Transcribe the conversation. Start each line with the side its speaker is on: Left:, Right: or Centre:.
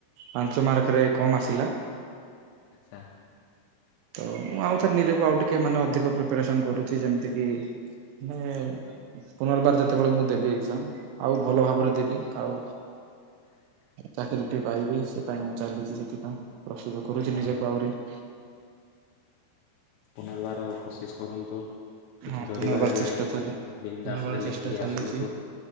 Right: ପାଞ୍ଚ ମାର୍କରେ କମ୍ ଆସିଲା।
Left: <unintelligible>
Right: ତ ମୁଁ ଆଉଥରେ ନିଜକୁ ଆଉ ଟିକେ ମାନେ ଅଧିକ ପ୍ରିପାୟରେସନ୍ କରୁଚି ଯେମିତିକି ମାନେ ପୁନର୍ବାର ଯେତେବେଳେ ମୁଁ ଦେବି ଏଗଜାମ୍ ଆଉ ଭଲ ଭାବରେ ଦେବି। ଆଉ ଚାକିରିଟିଏ ପାଇବି ସେ ପାଇଁ ମୁଁ ଚାଲିଚି ସେଥିପାଇଁ।
Left: ଠିକ
Right: ପ୍ରସ୍ତୁତ
Left: କହିଲେ
Right: କରୁଚି
Left: ଆପଣ
Right: ନିଜକୁ ଆଉରି <unintelligible>
Left: ପୁନର୍ବାର କୋସିିସ୍ କରନ୍ତୁ। କିଛି
Right: ହଁ
Left: ଡରିବାରେ
Right: ପୁନର୍ବାର ଚେଷ୍ଟା
Left: ନାଇ
Right: ଚାଲେ
Left: ବିନ୍ଦାସରେ
Right: ପୁନର୍ବାର
Left: ଲେଖିକି
Right: ଚେଷ୍ଟା ଚାଲିଛି
Left: ଆସନ୍ତୁ।